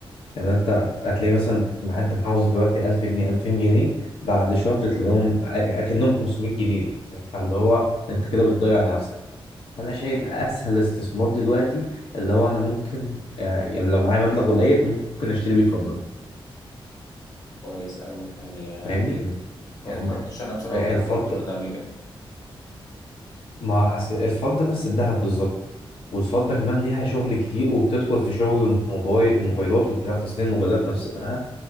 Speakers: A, on the left; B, on the left.
A: يعني انت هتلاقي مثلا ما انت محوز دلوقتي 1000 جنيه 2000 جنيه بعد شهر تلاقيهم أ- اكنهم 500 جنيه فاللي هو انت كده بتضيع نفسك انا شايف اسهل استثمار دلوقتي اللي هو انا ممكن آه، يعني لو معايا مبلغ قليل ممكن اشتري بيه فضة
B: كويس أوي يعني آه،
A: فاهمني
B: ما
A: يعني
B: فكرتش أنا بصراحة
A: الفضة
B: في موضوع الفضة ده قبل كده
A: ما اصل الفضة نفس الذهب بالظبط والفضة كمان ليها شغل كتير وبتدخل في شغل الموبايل الموبايلات والكلام تصنيع الموبايلات نفسها